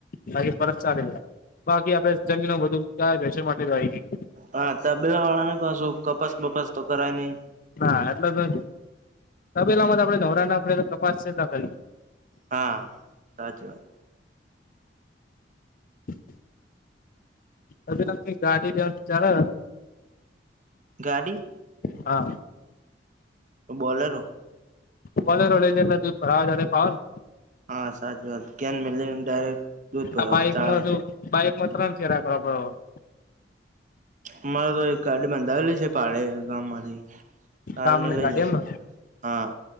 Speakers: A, on the left; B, on the right.
A: બાકી પરત ચાલે જાય બાકી આપડે જમીન બધું ગાયો ભેંસો માટે વાઈ હતી.
B: હા તબેલા વાળા ને પાછું કપાસ બપાસ તો કરાય નહી.
A: હા એટલે તો તબેલામાં આપણે નવરા ના પડે તો તપાસ છે ચેતા કરીએ.
B: હા સાચી વાત.
A: <unintelligible> અચૂત્મ કઈક ગાડી લેવાનું વિચાર હ
B: ગાડી
A: હા.
B: તો બોલેરો
A: બોલેરો લઈલે એટલે દૂધ ભરવા જતા ફાવ ને
B: હા સાચી વાત કેન મેલી ડાયરેક્ટ દૂધ ભરાવા
A: આ બાઈકમાં
B: ચાલે
A: શું બાઈકમાં ત્રણ ચેરા કરવા પડે.
B: અમારે તો એક ગાડી બંધાવેલી છે ભાડે ગામમાંથી
A: પડે
B: આવીને
A: ગામની
B: લઈ
A: ગાડી
B: જાય
A: એમ ને
B: હા.